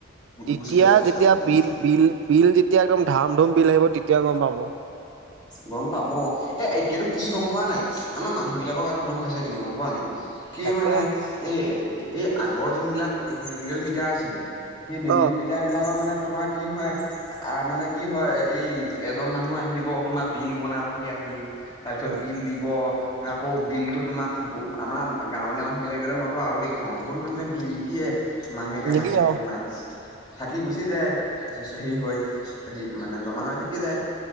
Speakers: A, on the right (about 65°); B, on the left (about 20°).
A: তেতিয়া
B: গুচি যাব গুচি
A: যেতিয়া
B: যাব সম্পূৰ্ণ
A: বিল - বিল - বিল যেতিয়া একদম ধাম ধুম বিল আহিব তেতিয়া গম পাব।
B: গম পাব এ এতিয়াতো কি গম পোৱা নাই আমাৰ মানুহ বিলাকক আৰু দুখ আছে কিন্তু গম পোৱা নে। কি
A: তাকে
B: মানে এই এই আগৰ যোনবিলাক মেনুৱেল মিটাৰ আছিলে সি মেনেল
A: অ'
B: মি টাৰবিলাকত মানে তোমাৰ কি হয় মানে কি হয় এই এজন মানুহ আহিব। তোমাৰ বিল বনাবহি আহি তাৰপিছত
A: উম
B: বিল দিব। আকৌ বিলটো তোমাৰ আমাৰ গাঁৱলীয়া মানুহবিলাকে যে মইতো আৰু দেখুৱাও বহুত মানুহে বিল নিদিয়ে। মাহেকে
A: নিদিয়ে
B: - মাহেকে
A: আৰু।
B: তোমাৰ থাকি গুচি যায়। ত হেৰি হয় হে মানে জমা হৈ থাকি যায়।